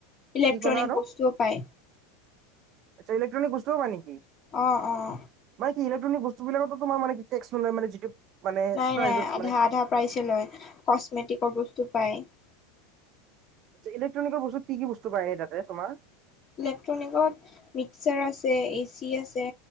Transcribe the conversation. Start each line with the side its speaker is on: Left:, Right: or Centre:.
Left: ইলেক্ট্ৰনিক
Right: কি ক'লা আৰু
Left: বস্তুও পায়।
Right: আচ্ছা ইলেকট্ৰনিক বস্তুও পায় নিকি?
Left: অ' অ'
Right: ইলেক্ট্ৰনিক বস্তুবিলাকতো তোমাৰ মানে টেক্স চলে মানে যিটো মানে
Left: নাই
Right: প্ৰাইজত
Left: নাই আধা
Right: মানে
Left: আধা প্ৰাইছে লয়। কচমেটিকৰ বস্তু ডুবাই
Right: আ ইলেকট্ৰনিকৰ বস্তুত কি বস্তু পায় এই তাতে তোমাৰ
Left: ইলেক্ট্ৰনিকত মিক্সাৰ আছে এ চি আছে